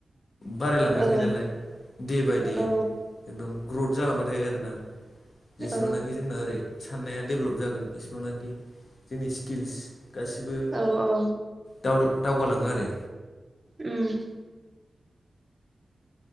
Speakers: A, on the left (about 70°); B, on the right (about 20°).
A: बारायलांबाय
B: औ
A: थायो नालाय दे बाय दे
B: औ
A: एकदम ग्रथ जालांबाय थायो आरोना जेसेबांनाखि
B: औ
A: जोंना ओरै साननाया डेभलप जागोन एसेबांनाखि जोंनि स्किल्स गासिबो
B: औ औ
A: दावर-दावगालाङो आरो
B: उम